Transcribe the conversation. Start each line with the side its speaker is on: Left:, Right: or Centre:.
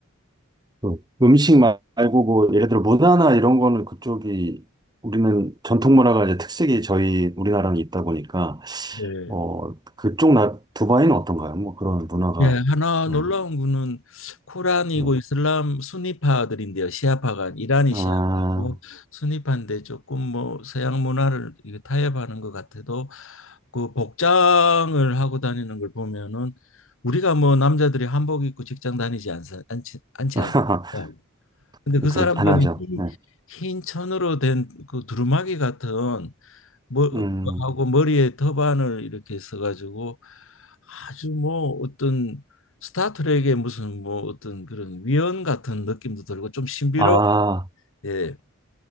Right: 그 음식 마- 말고 뭐 예를 들어 문화나 이런 거는 그쪽이 우리는 전통 문화가 이제 특색이 저희 우리나라는 있다 보니까
Left: 네.
Right: 어 그쪽 나 두바이는 어떤가요? 뭐 그런 문화가
Left: 예, 하나 놀라운
Right: 음,
Left: 거는 코란이고
Right: 음.
Left: 이슬람 순니파들인데요. 시아파가 이란이
Right: 아
Left: 시아파고 순니파인데 조금 뭐 서양 문화를 이게 타협하는 것 같아도 그 복장을 하고 다니는 걸 보면은 우리가 뭐 남자들이 한복 입고 직장 다니지 않사, 않지 않지
Right: <laughs>
Left: 않습니까? 근데 그 사람들은
Right: 그렇 안 하죠.
Left: 흰,
Right: 네.
Left: 흰 천으로 된 그 두루마기 같은 뭐
Right: 음.
Left: 하고 머리에 터반을 이렇게 써가지고 아주 뭐 어떤 스타트rek의 무슨 뭐 어떤 그런 위원 같은 느낌도 들고 좀 신비로
Right: 아
Left: 예